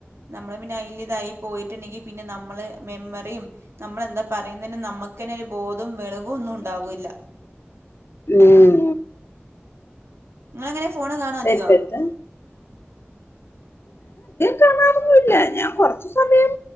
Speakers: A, on the right; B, on the left.
A: നമ്മള് പിന്നെ അയ്ല്തായി പോയിട്ടുണ്ടെങ്കി പിന്നെ നമ്മള് മെമ്മറിം നമ്മളെന്താ പറയുന്നതിന് നമ്മുക്കന്നെ ഒരു ബോധവും വവെളിവും ഒന്നും ഉണ്ടാവൂല്ല
B: ഉം
A: ങ്ങളെങ്ങനേ ഫോ ഫോണ് കാണോ അധികം
B: തെറ്റത്ത് കാണാറൊന്നുല്ല ഞാൻ കൊർച്ച് സമയം